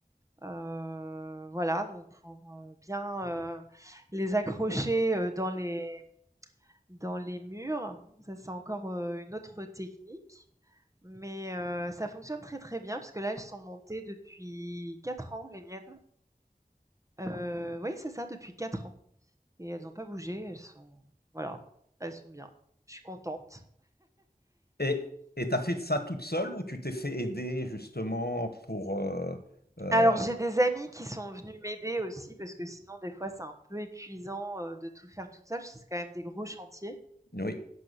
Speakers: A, on the right (about 20°); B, on the left (about 80°).
A: heu, voilà, donc pour, heu, bien, heu, les accrocher, heu, dans les dans les murs. Ça, c'est encore, heu, une autre technique mais heu, ça fonctionne très, très bien parce que là, elles sont montées depuis 4 ans, les miennes. Heu, oui, c'est ça, depuis quatre ans et elles n'ont pas bougé, elles sont voilà, elles sont bien. Je suis contente.
B: Et et t'as fait ça toute seule ou tu t'es fait aider justement pour... euh, euh,
A: Alors j'ai des amis qui sont venus m'aider aussi parce que sinon des fois c'est un peu épuisant, heu, de tout faire toute seule, c'est quand même des gros chantiers.
B: oui.